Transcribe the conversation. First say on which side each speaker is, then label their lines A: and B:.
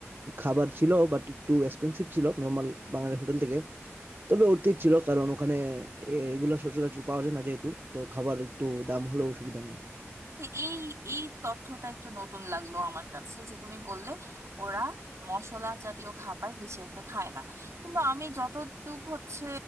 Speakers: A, on the right; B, on the right.
A: খাবার ছিল বাট একটু এক্সপেনসিভ ছিল নরমাল বাঙালি হোটেল থেকে। তবে অর্থিত ছিল কারণ ওখানে এ এগুলা সচরাচর পাওয়া যায় না যেহেতু। তো খাবার একটু দাম হলেও অসুবিধা নেই।
B: তো এই এই তথ্যটা একটু নতুন লাগলো আমার কাছে যে তুমি বললে ওরা মশলা জাতীয় খাবার বেশি একটা খায় না কিন্তু আমি যতটুকু হচ্ছে